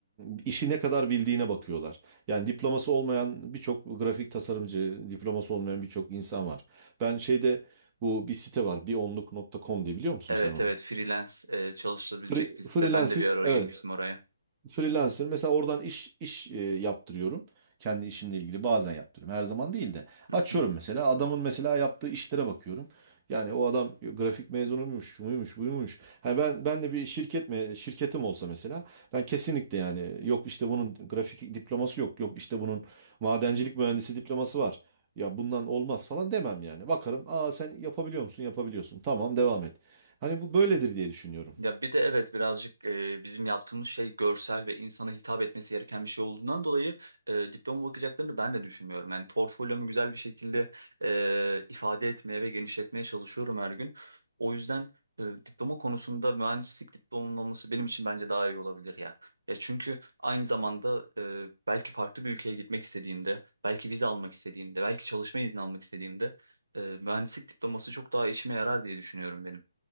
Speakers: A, on the right; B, on the right.
A: e, işi ne kadar bildiğine bakıyorlar. Yani diploması olmayan birçok grafik tasarımcı, diploması olmayan birçok insan var. Ben şeyde bu bir site var, bir bionluk.com diye biliyor musun
B: Evet
A: sen onu?
B: evet freelance e, çalışılabilecek
A: Free, Free,
B: bir site.
A: freelancer,
B: Ben de bir ara
A: evet.
B: girmiştim oraya.
A: Freelancer mesela oradan iş iş e, yaptırıyorum. Kendi işimle ilgili bazen yaptırıyorum. Her zaman değil de.
B: Hı
A: Açıyorum
B: hı.
A: mesela adamın mesela yaptığı işlere bakıyorum. Yani o adam grafik mezunuymuş, şu muymuş, buymuş Hani ben ben de bir şirket mi şirketim olsa mesela ben kesinlikle yani yok işte bunun grafik diploması yok, yok işte bunun madencilik mühendisi diploması var. Ya bundan olmaz falan demem yani. Bakarım, aa sen yapabiliyor musun? Yapabiliyorsun. Tamam devam et. Hani bu böyledir diye düşünüyorum.
B: Ya bir de evet birazcık e, bizim yaptığımız şey görsel ve insana hitap etmesi gereken bir şey olduğundan dolayı e, diploma bakacaklarını ben de düşünmüyorum. Yani portfolyomu güzel bir şekilde e, ifade etmeye ve genişletmeye çalışıyorum her gün. O yüzden e, diploma konusunda mühendislik diplomamın olması benim için bence daha iyi olabilir ya. Ya çünkü aynı zamanda e, belki farklı bir ülkeye gitmek istediğimde, belki vize almak istediğimde, belki çalışma izni almak istediğimde e, mühendislik diploması çok daha işime yarar diye düşünüyorum benim.